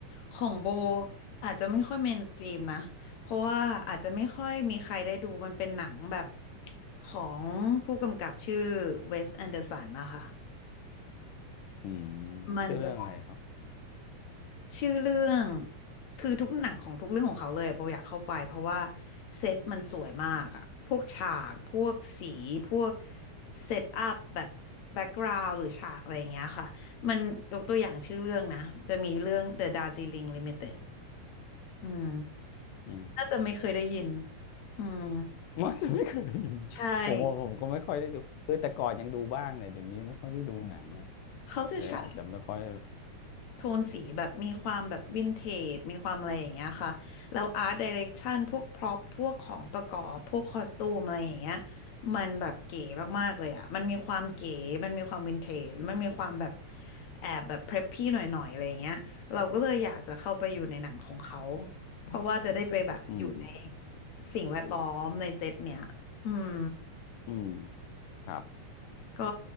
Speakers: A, on the left; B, on the left.
A: ของโบอาจจะไม่ค่อยเมนสตรีมนะ เพราะว่าอาจจะไม่ค่อยมีใครได้ดูมันเป็นหนังแบบของผู้กำกับชื่อเวสแอนเดอร์สันนะคะ
B: อืม
A: มันจะ
B: ชื่อเรื่องอะไรครับ
A: ชื่อเรื่องคือทุกหนังของทุกเรื่องของเขาเลยโบอยากเข้าไปเพราะว่าเซตมันสวยมากอะพวกฉากพวกสีพวกเซตอัพแบบแบ็กกราวด์หรือฉากอะไรอย่างเงี้ยค่ะ มันยกตัวอย่างชื่อเรื่องนะจะมีเรื่อง The Darjeeling Limited อืม
B: อืม
A: น่าจะไม่เคยได้ยินอืม
B: มันจะไม่เคยได้ยินผมว่าผมก็ไม่ค่อยได้ดูคือแต่ก่อนยังดูบ้างเนี่ยเดี๋ยวนี้ไม่ค่อยได้ดูหนังแล้ว
A: ใช่เขาจะใช้
B: เลยอาจจะไม่ค่อย
A: โทนสีแบบมีความแบบวินเทจมีความอะไรอย่างเงี้ยค่ะแล้วอาร์ตไดิเรกชันพวกพร็อพพวกของประกอบพวกคอสตูมอะไรอย่างเงี้ยมันแบบเก๋มากๆเลยอ่ะมันมีความเก๋มันมีความวินเทจมันมีความแบบแอบแบบเพรพพี่หน่อยๆอะไรอย่างเงี้ยเราก็เลยอยากจะเข้าไปอยู่ในหนังของเขาเพราะว่าจะได้ไปแบบอยู่ใน
B: อืม
A: สิ่งแวดล้อมในเซตเนี้ยอืม
B: อืมครับ
A: ก็